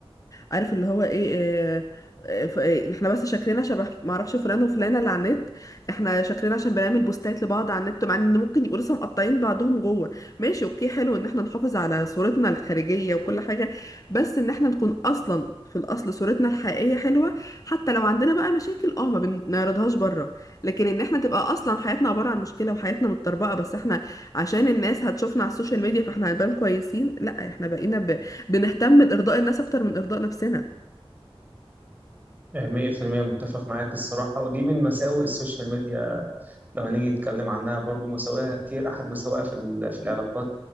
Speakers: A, on the left; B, on the right.
A: عارف اللي هو ايه اه، اه، ف- اه، احنا بس شكلنا شبه معرفش فلان وفلانة اللي على النت احنا شكلنا عشان بنعمل بوستات لبعض على النت مع ان ممكن يبقوا لسه مقطعين بعضهم جوه ماشي اوكي حلو ان احنا نحافظ على صورتنا الخارجية وكل حاجة بس ان احنا نكون اصلا في الاصل صورتنا الحقيقية حلوة حتى لو عندنا بقى مشاكل اه ما بنعرضهاش بره لكن ان احنا تبقى اصلا حياتنا عبارة عن مشكلة وحياتنا متطربقة بس احنا عشان الناس هتشوفنا على السوشيال ميديا فاحنا هنبان كويسين لا احنا بقينا ب... بنهتم بارضاء الناس اكتر من ارضاء نفسنا
B: آه، 100% متفق معاك الصراحه ودي من مساوئ السوشيال ميديا لو هنيجي نتكلم عنها برضو مساوئها كتير أحد مساوئها في ال- في العلاقات